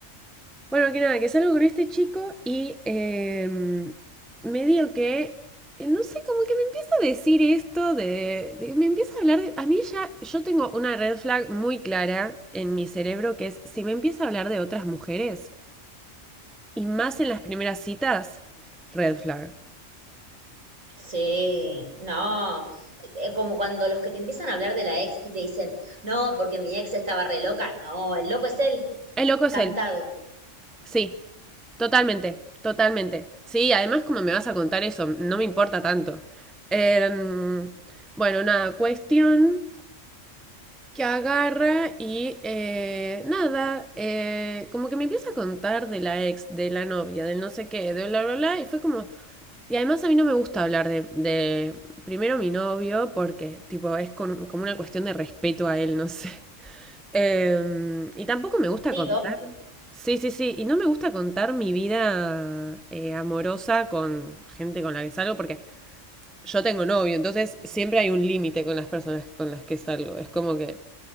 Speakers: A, in the centre; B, on the right.
A: bueno, que nada, que salgo con este chico y eh, medio que, eh, no sé, como que me empieza a decir esto de, de- me empieza a hablar de, a mí ya, yo tengo una red flag muy clara en mi cerebro que es, si me empieza a hablar de otras mujeres, y más en las primeras citas, red flag.
B: Sí, no, eh, como cuando los que te empiezan a hablar de la ex y te dicen, no, porque mi ex estaba re loca, no, el loco es él,
A: El loco es
B: cantado.
A: él, sí, totalmente, totalmente. Sí, además como me vas a contar eso, no me importa tanto. Em, bueno, nada, cuestión que agarra y eh, nada, eh, como que me empieza a contar de la ex, de la novia, del no sé qué, de bla, bla, bla, y fue como... Y además a mí no me gusta hablar de, de primero mi novio porque tipo es con- como una cuestión de respeto a él, no sé. <laughs> Em, y tampoco me gusta
B: Sí,
A: contar.
B: obvio.
A: Sí, sí, sí. Y no me gusta contar mi vida eh, amorosa con gente con la que salgo porque yo tengo novio, entonces siempre hay un límite con las personas con las que salgo. Es como que